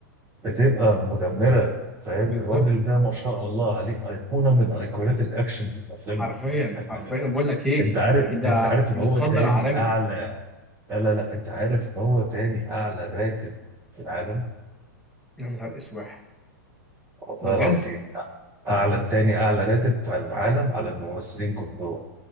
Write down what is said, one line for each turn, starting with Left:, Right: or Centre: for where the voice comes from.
Right: هتبقى مدمره فاهم
Centre: بالظبط
Right: الراجل ده ما شاء الله عليه ايقونه من ايقونات الاكشن في الافلام
Centre: حرفيا
Right: يعني
Centre: حرفيا بقول لك ايه
Right: انت عارف
Centre: يعني ده
Right: انت عارف ان
Centre: متصدر
Right: هو تاني
Centre: عالمي
Right: اعلى لا لا لا انت عارف ان هو تاني اعلى راتب في العالم
Centre: يا نهار اسواح
Right: والله
Centre: ده بجد
Right: العظيم اعلى تاني اعلى راتب في العالم على الممثلين كلهم